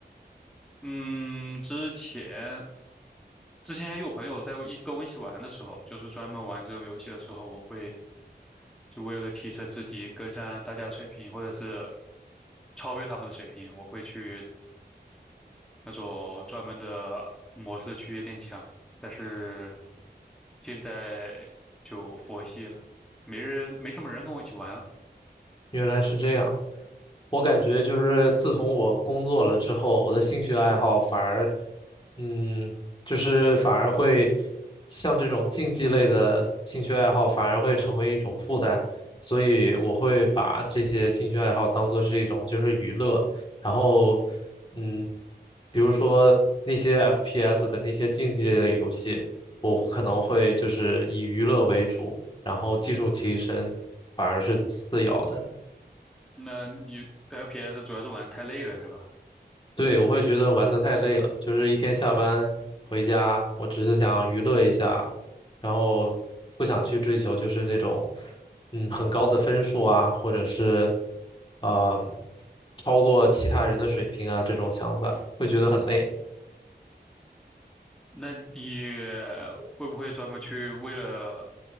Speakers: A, in the centre; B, on the left (about 30°).
A: 嗯，之前之前还有朋友在一跟我一起玩的时候，就是专门玩这种游戏的时候，我会就为了提升自己，跟上大家的水平，或者是超越他们的水平，我会去那种专门的模式去练枪。但是现在就佛系了，没人，没什么人跟我一起玩了
B: 原来是这样。我感觉就是自从我工作了之后，我的兴趣爱好反而，嗯，就是反而会像这种竞技类的兴趣爱好，反而会成为一种负担，所以我会把这些兴趣爱好当做是一种就是娱乐，然后，嗯，比如说那些 FPS 的那些竞技类的游戏，我可能会就是以娱乐为主，然后技术提升反而是次要的。
A: 那你 FPS 主要是玩得太累了，是吧？
B: 对，我会觉得玩的太累了，就是一天下班回家，我只是想娱乐一下，然后不想去追求就是那种，嗯，很高的分数啊，或者是，啊、超过其他人的水平啊这种想法，会觉得很累。
A: 那你会不会专门去为了，